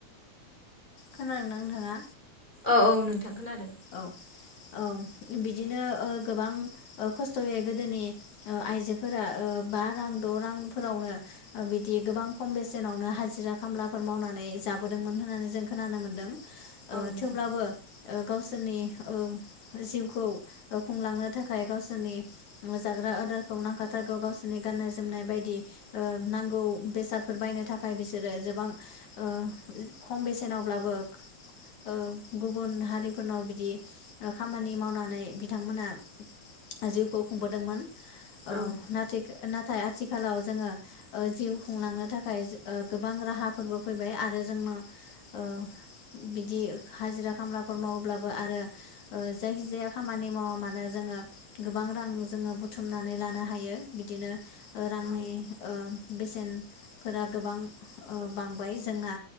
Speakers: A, on the left (about 80°); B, on the left (about 15°).
A: खोनादोंना नोंथाङा?
B: औ औ नोंथां खोनादों।
A: औ ओम बिदिनो ओ गोबां ओ खस्थ'यै गोदोनि ओ आइजोफोरा ओ बा रां द' रांफोरावनो बिदि गोबां खम बेसेनावनो हाजिरा खामलाफोर मावनानै जाबोदोंमोन होननानै जों खोनानो मोन्दों। ओ
B: औ नोंथां
A: थेवब्लाबो ओ गावसोरनि ओ जिउखौ ओ खुंलांनो थाखाय गावसोरनि जाग्रा आदारखौ नांखाथारगौ गावसोरनि गाननाय जोमनाय बायदि ओ नांगौ बेसादफोर बायनो थाखाय बिसोरो जोबां ओ खम बेसेनावब्लाबो ओ गुबुन हारि फोरनाव बिदि ओ खामानि मावनानै बिथांमोना जिउखौ खुंबोदोंमोन। ओ
B: औ
A: नाथिगो नात थाय आथिखालाव जोङो ओ जिउ खुंलांनो थाखाय ओ गोबां राहाफोरबो फैबाय आरो जोंनो ओ बिदि हाजिरा खामलाफोर माव ब्लाबो आरो ओ जायखिजाया खामानि मावा मानो जोङो गोबां रां जोङो बुथुमनानै लानो हायो बिदिनो ओ रांनि
B: औ
A: ओ बेसेनफोरा गोबां ओ बांबाय जोंना।